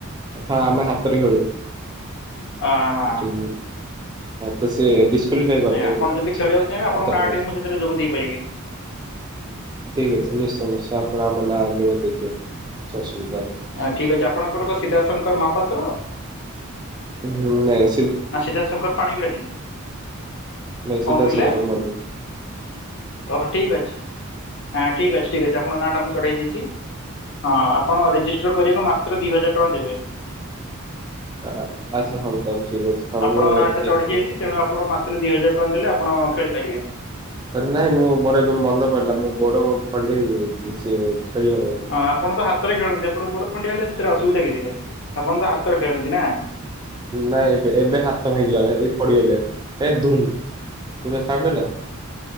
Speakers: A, on the right; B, on the left.
A: ହଁ ଆମେ ହାତରେ ଖେଳୁ।
B: ଅ ହଁ
A: ପୁଚି ଖେଳ, ତତେ ସେ ଦ କ୍ୱାଲିଫାଇ କରି
B: ନାଇଁ
A: ଦେବି,
B: ଆପଣ ଯଦି ଖେଳିବାକୁ ଚାହିଁବେ ଆପଣଙ୍କ
A: ହାତରେ
B: ନାଁଟି
A: ଖେଳ
B: ମୁଁ ସେଥିରେ ଯୋଗ ଦେଇପାରିବି
A: ଠିକ୍ ଅଛି ନିଶ୍ଚୟ ନିଶ୍ଚୟ ଆପଣ ଆମ ନାଁ <unintelligible> କରି ଦେଇଦେବେ, କିଛି ଅସୁବିଧା ନା
B: ହଁ ଠିକ ଅଛି ଆପଣଙ୍କର ସିଦ୍ଧାନ୍ତ ଶଙ୍କର ମହାପାତ୍ର।
A: ହୁଁ ନାଇ।
B: ନା ସିଦ୍ଧାନ୍ତ ଶଙ୍କର ପାଣିଗ୍ରାହୀ।
A: ନା ସିଦ୍ଧାନ୍ତ
B: କଣ କହିଲେ
A: ଶଙ୍କର ମନ୍ଦିର।
B: ଓହୋ ଠିକ୍ ଅଛି, ହଁ ଠିକ୍ ଅଛି ଠିକ୍ ଅଛି ଆପଣଙ୍କ ନାଁ ଟା ମୁଁ ଚଢ଼େଇ ଦେଇଚି। ହଁ ଆପଣ ରେଜିଷ୍ଟର କରିବାକୁ ମାତ୍ର ଦି ହଜାର ଟଙ୍କା ଦେବେ।
A: ହଁ ଆଛା ହଉ ତାହେଲେ। ଠିକ ଅଛି ହଉ
B: ଆପଣଙ୍କ
A: ମୁଁ
B: ନାଁ ଟା ଚଢିଯାଇଚି,
A: ଏ ଏ ଏ-
B: ତେଣୁ ଆପଣ ମାତ୍ର ଦି ହଜାର ଟଙ୍କା ଦେଲେ ଆପଣ ଖେଳିପାରିବେ।
A: ନାଇଁ ମୁଁ ମୋର ଏବେ ମନେ ପଡ଼ିଲା ମୁଁ ଗୋଡ଼ ଖଣ୍ଡିଆ ହେଇଯାଇଚି, ସେ ଖେଳି ହବନି।
B: ହଁ ଆପଣ ତ ହାତରେ ଖେଳନ୍ତି ଆପଣଙ୍କୁ ଗୋଡ ଖଣ୍ଡିଆ ହେଲେ ସେଥିରେ ଅସୁବିଧା କିଛି ନାହିଁ। ଆପଣ ତ ହାତରେ ଖେଳନ୍ତି ନା
A: ନାଇଁ ଏବେ ଏବେ ହାତ ଭାଙ୍ଗିଗଲା, ଏ ପଡିଗଲେ ନା ଏ ଧୁମ। ତୁ ଯା ସାଙ୍ଗ ହେଲ?